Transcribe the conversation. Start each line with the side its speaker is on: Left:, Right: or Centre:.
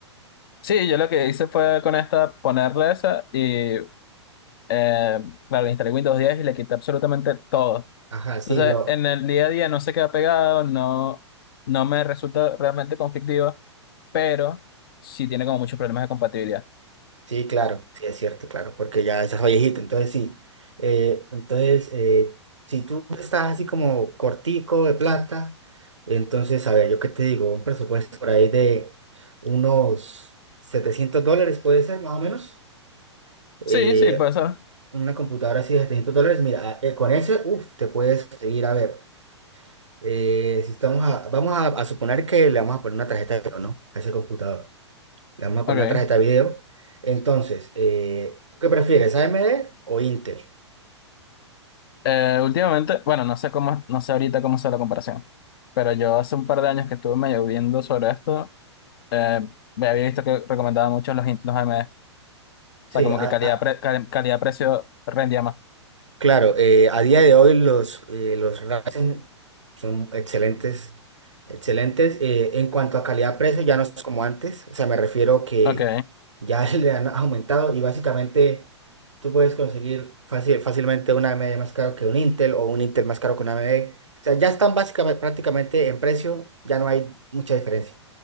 Left: Sí, yo lo que hice fue con esta ponerle esa y, eh, claro, instalé Windows 10 y le quité absolutamente todo.
Right: Ajá, sí,
Left: Entonces,
Right: lo,
Left: en el día a día no se queda pegado, no, no me resulta realmente conflictivo, pero sí tiene como muchos problemas de compatibilidad.
Right: sí, claro, sí, es cierto, claro, porque ya estás viejito, entonces sí. Eh, entonces, eh, si tú estás así como cortico de plata, entonces, a ver, yo qué te digo, un presupuesto por ahí de unos 700 dólares puede ser, más o menos.
Left: Sí,
Right: Eh,
Left: sí, puede ser.
Right: una computadora así de 700 dólares, mira, eh, con ese, uff, te puedes seguir a ver. Eh, si estamos a- vamos a, a suponer que le vamos a poner una tarjeta de video, ¿no? A ese computador. Le vamos a
Left: Ok.
Right: poner una tarjeta de video. Entonces, eh, ¿qué prefieres, AMD o Intel?
Left: Eh, últimamente, bueno, no sé cómo, no sé ahorita cómo sea la comparación, pero yo hace un par de años que estuve medio viendo sobre esto, eh, me había visto que recomendaba mucho los, in- los A M D. O sea,
Right: Sí,
Left: como
Right: a-
Left: que calidad,
Right: a-
Left: pre- cal- calidad-precio rendía más.
Right: Claro, eh, a día de hoy los, eh, los Ryzen son excelentes, excelentes. eh, en cuanto a calidad-precio, ya no es como antes, o sea, me refiero que
Left: Ok,
Right: ya <laughs> le han aumentado y básicamente tú puedes conseguir fácil- fácilmente una AMD más caro que un Intel o un Intel más caro que una AMD. O sea, ya están básicamente prácticamente en precio, ya no hay mucha diferencia.